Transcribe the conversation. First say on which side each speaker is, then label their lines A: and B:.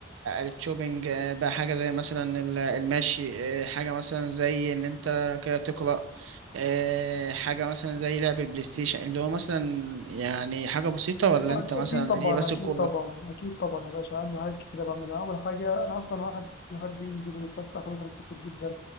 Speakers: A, on the right; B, on the left.
A: الشوبينج آه، بقى حاجة زي مثلا ال- آه، المشي آه، حاجة مثلا زي إن أنت كده تقرأ آه، حاجة مثلا زي لعب البلاي ستيشن اللي هو مثلا يعني حاجة بسيطة ولا
B: أكيد
A: أنت مثلا
B: طبعا
A: هي بس
B: أكيد
A: الكورة
B: طبعا أكيد طبعا يا باشا عندي حاجات كتير بعملها أول حاجة أنا أصلا واحد بيحب ينزل ويتفسح ويخرج كتير جدا